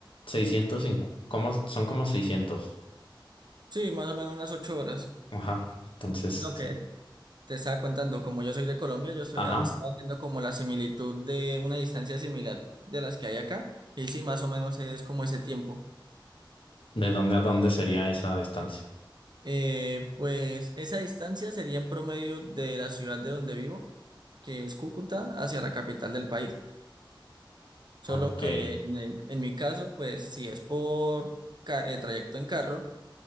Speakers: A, on the left (about 90°); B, on the right (about 55°).
A: seiscientos cinco como, son como seiscientos
B: Sí, más o menos unas ocho horas.
A: Ajá, entonces,
B: Lo
A: sí.
B: que te estaba contando, como yo soy de Colombia, yo soy,
A: Ajá,
B: ah, estaba haciendo como la similitud de una distancia similar de las que hay acá. Y sí, más o menos es como ese tiempo.
A: ¿de dónde a dónde sería esa distancia?
B: Eh, pues esa distancia sería en promedio de la ciudad de donde vivo, que es Cúcuta, hacia la capital del país. Solo
A: Ok,
B: que en, el- en mi caso, pues si es por ca- eh, trayecto en carro,